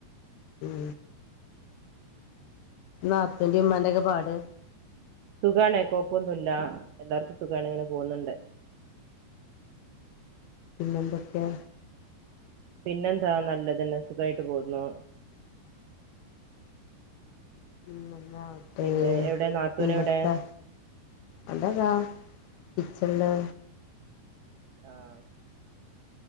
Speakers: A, on the left; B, on the right.
A: ഉം നാത്തുന്റിം ഉമമാന്റിം ഒക്കെ പാട്.
B: സുഖാണ് കൊഴപ്പൊന്നുല്ല. എല്ലാർക്കും സുഖാണ് ങ്ങനെ പോന്ന്ണ്ട്.
A: പിന്നെന്തെക്കെ
B: പിന്നെന്താ നല്ലതന്നെ സുഖായിട്ട് പോവ്ന്നു.
A: നന്നാവട്ടേ.
B: പിന്നെ എവിടെ നാത്തൂൻ
A: പിന്നെത്താ
B: എവിടെ
A: അവടതാ കിച്ചൺള്
B: ആഹ്